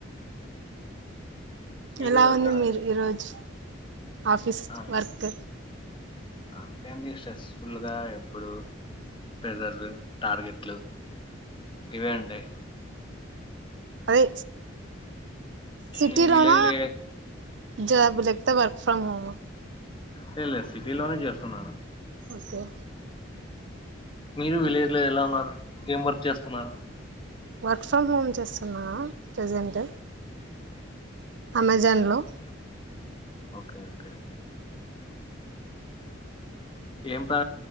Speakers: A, on the left (about 25°); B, on the right (about 60°).
A: మీరు
B: ఎలా
A: ఎక్కడ
B: ఉంది మీరు ఈరోజు. ఆఫీస్
A: ఆ,
B: వర్క్.
A: అంతే అండి స్ట్రెస్ఫుల్గా ఎప్పుడు ప్రెజర్లు టార్గెట్లు ఇవే అంటాయి.
B: అదే సిటీలోన
A: మీ విలేజ్ లో లే
B: జాబ్ లేకపోతే వర్క్ ఫ్రమ్ హోమ్
A: లే లేదు సిటీ లోనే చేస్తున్నాను.
B: ఓకే
A: మీరు విలేజ్ లో ఎలా ఉన్నారు. ఏం వర్క్ చేస్తున్నారు.
B: వర్క్ ఫ్రమ్ హోమ్ చేస్తున్నా ప్రజెంట్. అమెజాన్లో.
A: ఓకే వర్క్ ఓకే ఓకే ఏం ప్రా